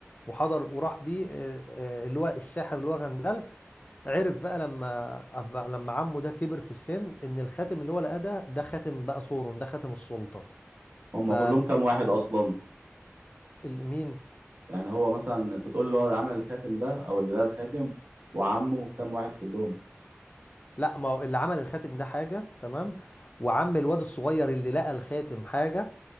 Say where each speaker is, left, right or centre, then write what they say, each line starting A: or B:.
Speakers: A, on the left; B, on the right.
A: وحضر وراح بيه آه، آه، اللي هو الساحر اللي هو غندالف عرف بقى لما أب- لما عمه ده كبر في السن ان الخاتم اللي هو لقاه ده ده خاتم بقى سورون ده خاتم السلطة
B: هم
A: ف
B: كلهم كام واحد اصلا
A: ال- مين
B: يعني هو مثلا انت تقول له هو عمل الخاتم ده او اللي ده الخاتم وعمه كام واحد كلهم
A: لا ما هو اللي عمل الخاتم ده حاجة تمام وعم الواد الصغير اللي لقى الخاتم حاجة